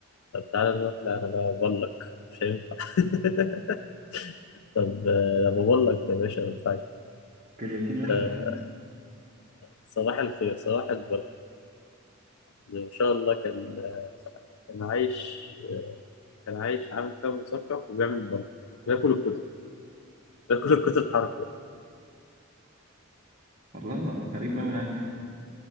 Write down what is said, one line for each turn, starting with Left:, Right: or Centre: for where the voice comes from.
Left: طب تعالى نروح لا أنا ببلك مش هينفع <laughs> طب آه، أنا ببلك يا باشا ما ينفعش
Right: كرياتين لحس
Left: آه،
Right: الدم.
Left: صباح الخير صباح البلك ما شاء الله كان كان عايش كان عايش عامل فيها مثقف وبيعمل مغامرة بياكل الكتب بياكل الكتب حرفيا
Right: والله غريب أوي العيال دي